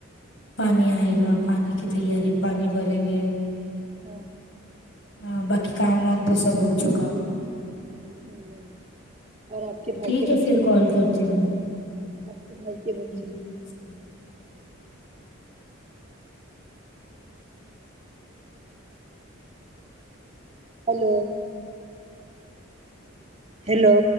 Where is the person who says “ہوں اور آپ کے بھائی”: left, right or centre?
Right